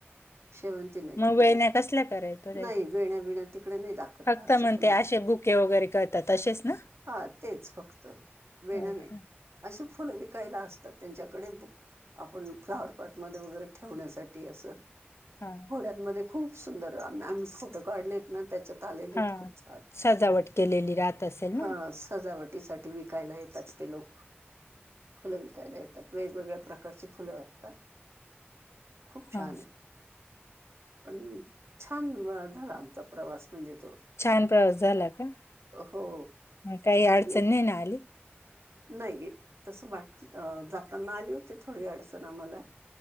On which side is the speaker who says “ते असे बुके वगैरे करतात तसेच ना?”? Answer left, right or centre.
Left